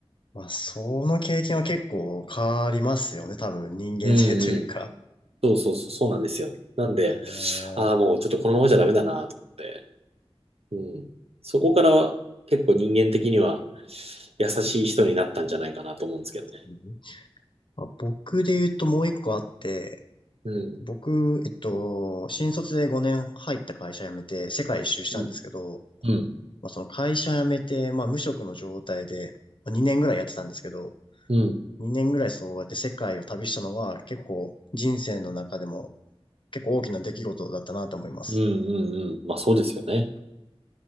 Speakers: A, on the left (about 55°); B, on the right (about 80°).
A: まあ、その経験は結構変わりますよね。多分、人間性というか。
B: うんうん。そうそうそう、そうなんですよ。なんで、
A: <laughs> え
B: ああ、もうちょっとこのままじゃダメだなと思って。うん。そこからは結構人間的には優しい人になったんじゃないかなと思うんですけどね。
A: ーまあ、僕で言うともう一個あって、
B: うん。
A: 僕、えっと、新卒で5年入った会社辞めて世界一周したんですけど、
B: うん。うん。
A: まあ、その会社辞めて、まあ、無職の状態でまあ2年ぐらいやってたんですけど、
B: うん。
A: 2年ぐらいそうやって世界を旅したのは結構人生の中でも結構大きな出来事だったなと思います。
B: うん。うん。うんまあそうですよね。